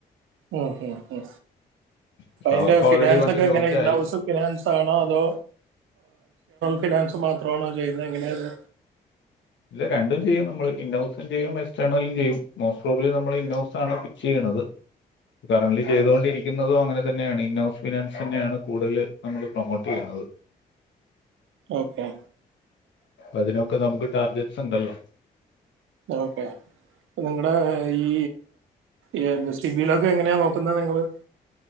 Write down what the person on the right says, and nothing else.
ഒ ഒ ഒ
അതിന്റെ
ഫിനാൻസ്
ഒക്കെ എങ്ങനെ
ഇന്നൗസ്
ഫിനാൻസ് ആണോ അതോ ഫിനാൻസ് മാത്രമാണോ ചെയ്യുന്നത് എങ്ങനെയത്
ഓക്കെ
ഓക്കെ നിങ്ങളടെ ഈ എയർബസ്റ്റിങ്ങിലൊക്കെ <unintelligible> എങ്ങനെയാ നോക്കുന്നത് നിങ്ങള്